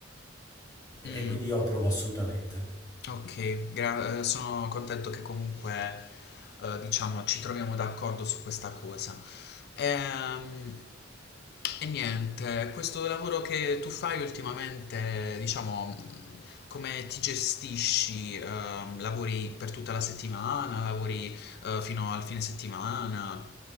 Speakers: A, on the left; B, on the left.
A: E
B: Mm.
A: e quindi io approvo assolutamente.
B: Ok, gra- eh, sono contento che comunque, eh, diciamo, ci troviamo d'accordo su questa cosa. Ehm, e niente, questo lavoro che tu fai ultimamente, diciamo, mh, come ti gestisci? Ehm, lavori per tutta la settimana? Lavori, eh, fino al fine settimana?